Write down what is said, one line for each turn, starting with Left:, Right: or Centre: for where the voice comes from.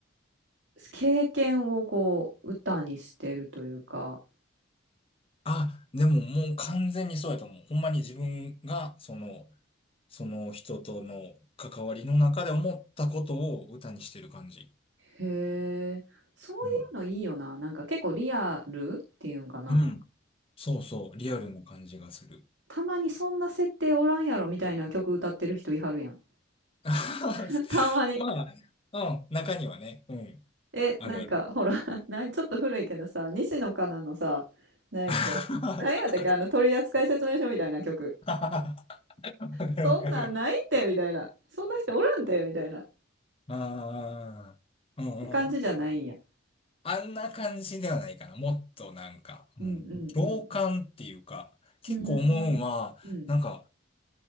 Right: 経験をこう歌にしてるというか、
Left: あ、でももう完全にそうやと思う。ほんまに自分が、その、その人との関わりの中で思ったことを歌にしてる感じ。
Right: へえ、そういうのいいよな。
Left: うん。
Right: なんか結構リアルっていうんかな。
Left: うん。そうそう。リアルな感じがする。
Right: たまにそんな設定おらんやろみたいな曲歌ってる人いはるやん。
Left: <laughs>
Right: <laughs> たまに。
Left: まあ、うん。中にはね。うん。
Right: え、
Left: あるある。
Right: なんかほらな、ちょっと古いけどさ、西野カナのさ、なんやっけ、
Left: <laughs>
Right: なんやったっけ、あの取扱説明書みたいな曲。
Left: わ
Right: そんなんないってみたいな。
Left: かるわかる。
Right: そんな人おらんってみたいな。っ
Left: ああ。うんうん。
Right: て感じじゃないんや。
Left: あんな感じではないかな。もっとなんか、うん。
Right: うんうんうん。
Left: 共感っていうか、結構思うんは、
Right: うーん。うん。
Left: なんか、